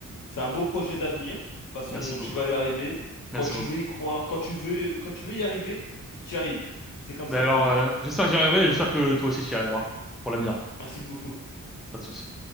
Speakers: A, on the left; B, in the centre.
A: c'est un beau projet d'avenir. De toute façon,
B: Merci beaucoup.
A: tu vas y arriver.
B: Merci
A: Quand tu
B: beaucoup.
A: veux y croire, quand tu veux quand tu veux y arriver, tu y arrives. C'est comme
B: Ben
A: ça
B: alors,
A: dans la vie.
B: euh, j'espère que j'y arriverai, et j'espère que toi aussi tu y arriveras pour l'avenir.
A: Merci beaucoup.
B: Pas de souci.